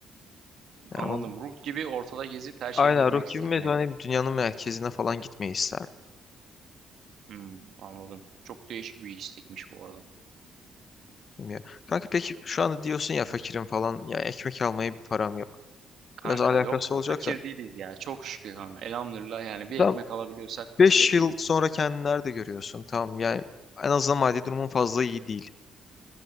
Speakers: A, on the right (about 70°); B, on the left (about 45°).
A: Anladım.
B: Yani
A: Ruh gibi ortada gezip her şeyi
B: Aynen
A: görmek
B: ruh gibi
A: isterdin.
B: mezun
A: yani.
B: dünyanın merkezine falan gitmeyi isterdim.
A: Hmm, anladım. Çok değişik bir istekmiş bu arada.
B: Bilmiyorum. Kanka peki şu anda diyorsun ya fakirim falan ya ekmek almaya bir param yok.
A: Kanka
B: Biraz alakası
A: yok ya
B: olacak
A: fakir
B: da.
A: değiliz ya. Çok şükür kanka. Elhamdülillah yani bir
B: Tam
A: ekmek alabiliyorsak fakir
B: 5 yıl
A: değiliz
B: sonra
A: ya.
B: kendini nerede görüyorsun? Tamam yani en azından maddi durumun fazla iyi değil.